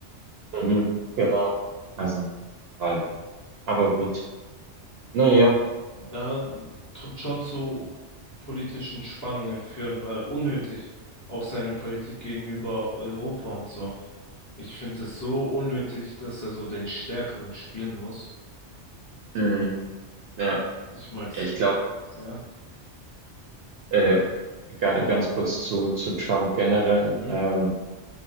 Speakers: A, on the right; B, on the left.
A: mhm, genau. Also halb. Aber gut. Naja.
B: Ja, tut schon zu politischen Spannungen führen, äh, unnötig. Auch seine Politik gegenüber Europa und so. Ich finde es so unnötig, dass er so den Stärkeren spielen muss.
A: Mhm, ja,
B: Ich mag's.
A: ja, ich glaube,
B: äh, Ja.
A: äh, ga, ganz kurz zu, zu Trump generell.
B: Mhm.
A: Ähm,